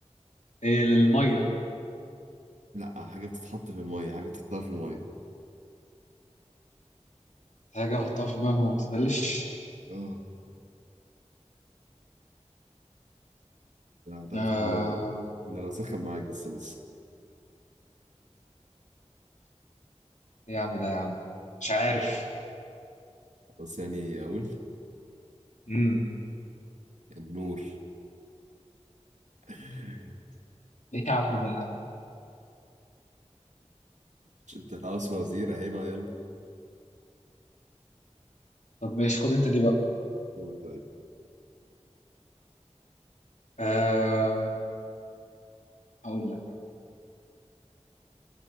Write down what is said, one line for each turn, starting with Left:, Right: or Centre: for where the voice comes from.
Left: إيه الميه
Right: لا حاجة بتتحط في المية حاجة بتحطها في المية
Left: حاجه احطها في الميه ما بتتبلش
Right: اه لا هتعرف
Left: أه
Right: تحلهم ها انا لو سخن معاك بس لسه
Left: ايه يا عم ده يا عم مش عارف
Right: بس يعني اقول
Left: امم
Right: النور <laughs>
Left: ايه يا عم ده يا عم
Right: مش انت عاوز وزير اهي بقى يلا
Left: طب ماشي خد انت دي بقى
Right: قول طيب
Left: آه هقول لك